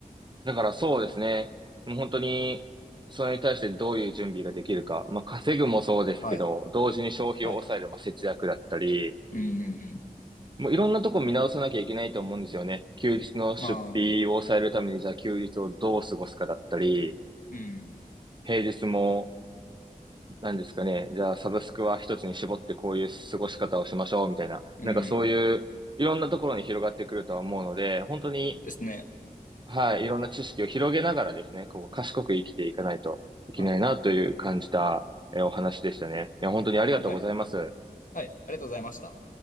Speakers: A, on the right (about 35°); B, on the left (about 65°).
A: だからそうですね。もう本当に、それに対してどういう準備ができるか。まあ、稼ぐもそうですけど、
B: はい。
A: 同時に消費を抑える、
B: はい。
A: まあ、節約だったり、
B: うんうんうん。
A: もういろんなとこ見直さなきゃいけないと思うんですよね。休日の出費を抑えるために、
B: まあ、
A: じゃあ休日をどう過ごすかだったり、
B: うん。
A: 平日も、何ですかね。じゃあサブスクは一つに絞ってこういう過ごし方をしましょう、みたいな。
B: うん。
A: なんかそういう、いろんなところに広がってくるとは思うので、本当に、
B: ですね。
A: はい、いろんな知識を広げながらですね、こう、賢く生きていかないといけないなという感じた、
B: はい。
A: えーお話でしたね。いや、本当にありがとうございます。
B: はい。はい。ありがとうございました。